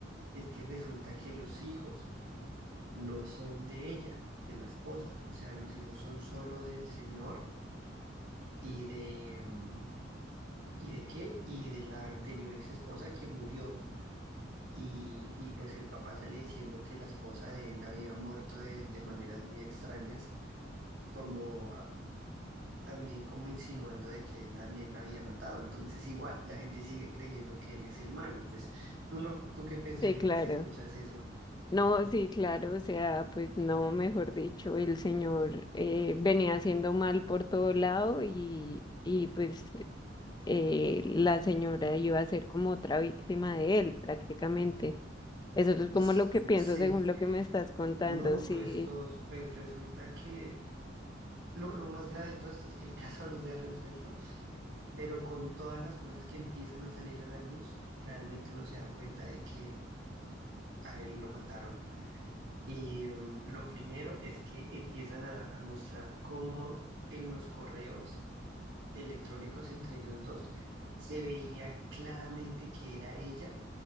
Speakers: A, on the right (about 75°); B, on the left (about 20°).
A: es que resulta que los hijos no son de ella, de la esposa. O sea, los hijos son solo del señor y de, mm, ¿y de qué? Y de la anterior ex esposa que murió. Y, y pues el papá sale diciendo que la esposa de él había muerto de, de maneras muy extrañas, como también como insinuando de que él también la había matado. Entonces, igual, la gente sigue creyendo que él es el malo. Pues, ¿tú no, tú qué pensarías
B: Sí, claro.
A: si escuchas eso?
B: No, sí, claro, o sea, pues no, mejor dicho, el señor eh, venía haciendo mal por todo lado y, y pues eh, la señora iba a ser como otra víctima de él prácticamente. Eso es como
A: S-
B: lo que pienso
A: Sí,
B: según lo que me estás contando.
A: no,
B: Sí,
A: pues todos, pues resulta que lo, lo más grave de todo esto es que el caso <laughs> no se ha resuelto, pero con todas las cosas que empiezan a salir a la luz, realmente uno se da cuenta de que a él lo mataron. Y em, lo primero es que empiezan a, a mostrar cómo en los correos electrónicos entre ellos dos, se veía claramente que era ella